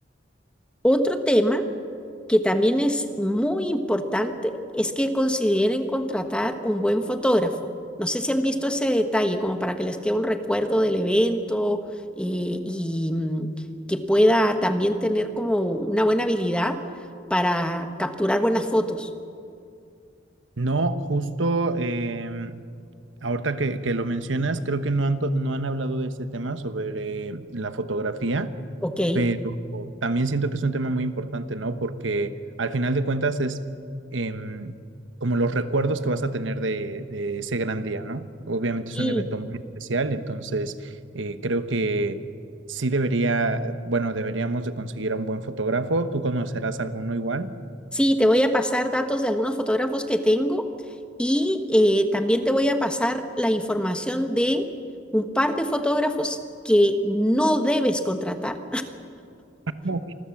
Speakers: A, in the centre; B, on the right (about 85°).
A: Otro tema que también es muy importante es que consideren contratar un buen fotógrafo. No sé si han visto ese detalle, como para que les quede un recuerdo del evento eh, y mm, que pueda también tener como una buena habilidad para capturar buenas fotos.
B: no, justo em, ahorita que, que lo mencionas, creo que no han, to- no han hablado de este tema sobre eh, la fotografía.
A: Ok.
B: pero también siento que es un tema muy importante, ¿no? Porque al final de cuentas es em, como los recuerdos que vas a tener de, de ese gran día, ¿no? Obviamente es
A: Y
B: un evento muy especial, entonces eh, creo que sí debería, bueno, deberíamos de conseguir a un buen fotógrafo. ¿Tú conocerás alguno igual?
A: sí, te voy a pasar datos de algunos fotógrafos que tengo y eh, también te voy a pasar la información de un par de fotógrafos que no debes contratar
B: Ok,